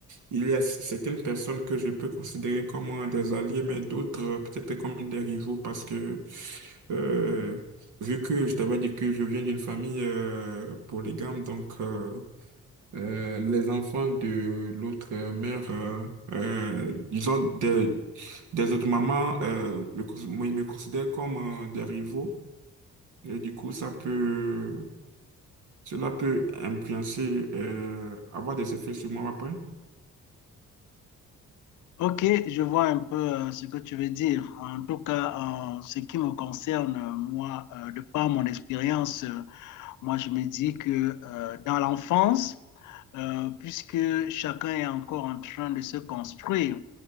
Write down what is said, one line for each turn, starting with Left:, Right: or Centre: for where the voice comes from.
Right: Il y a c- certaines personnes que je peux considérer comme euh, des alliés, mais d'autres euh, peut-être comme des rivaux parce que, euh, vu que je t'avais dit que je viens d'une famille euh, polygame, donc euh, euh, les enfants de l'autre mère, euh, euh, disons des, des autres mamans, euh, me, cons- moi, ils me considèrent comme euh, des rivaux. Et du coup, ça peut, cela peut influencer, euh, avoir des effets sur moi après.
Left: Ok, je vois un peu euh, ce que tu veux dire. En tout cas, en ce qui me concerne, euh, moi, euh, de par mon expérience, euh, moi, je me dis que euh, dans l'enfance, euh, puisque chacun est encore en train de se construire,